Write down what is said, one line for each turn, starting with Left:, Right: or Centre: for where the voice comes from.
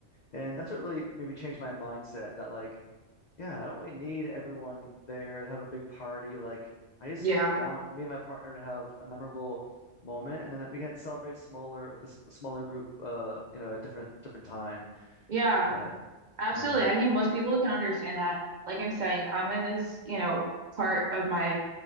Left: And that's what really maybe changed my mindset that like, yeah, I don't really need everyone there and have a big party. Like I just
Right: Yeah.
Left: want me and my partner to have a memorable moment and then we can celebrate smaller with a s- smaller group uh you know a different different time
Right: Yeah,
Left: uh,
Right: absolutely.
Left: I don't know
Right: I think most people can understand that. Like I'm saying, I'm in this, you know, part of my